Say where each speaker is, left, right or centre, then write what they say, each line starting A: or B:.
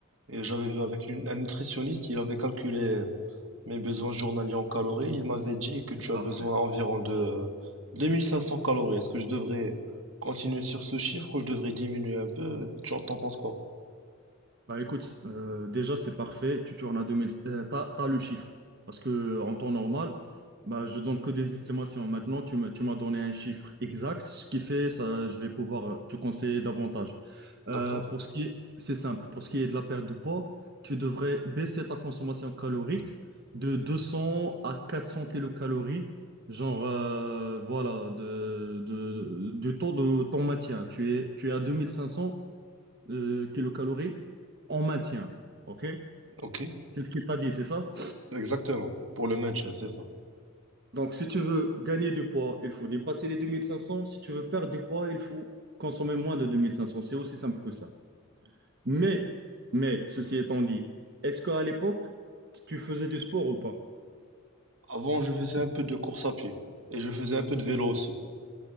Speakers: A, on the right; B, on the right.
A: et j'avais vu avec une- un nutritionniste, il avait calculé Mes besoins journaliers en calories, il m'avait dit que tu as
B: Parfait.
A: besoin environ de 2500 calories. Est-ce que je devrais continuer sur ce chiffre ou je devrais diminuer un peu? Tu en t'en penses quoi?
B: Bah écoute, euh, déjà c'est parfait, tu tournes à 2000, euh, t'as, t'as le chiffre. Parce que euh, en temps normal, bah, je donne que des estimations. Maintenant, tu me- tu m'as donné un chiffre exact, ce qui fait ça, je vais pouvoir euh, te conseiller davantage.
A: D'accord?
B: Euh, pour ce qui est, c'est simple, pour ce qui est de la perte du poids, tu devrais baisser ta consommation calorique de 200 à 400 kilocalories, genre euh, voilà, de, de- du taux de ton maintien. Tu es, tu es à 2500 euh, kilocalories en maintien. OK?
A: Ok?
B: C'est ce qu'il t'a dit, c'est ça?
A: Exactement. Pour le maintien, c'est ça.
B: Donc, si tu veux gagner du poids, il faut dépasser les 2500. Si tu veux perdre du poids, il faut consommer moins de 2500. C'est aussi simple que ça. Mais, mais, ceci étant dit, est-ce qu'à l'époque, tu faisais du sport ou pas?
A: Avant, je faisais un peu de course à pied et je faisais un peu de vélo aussi.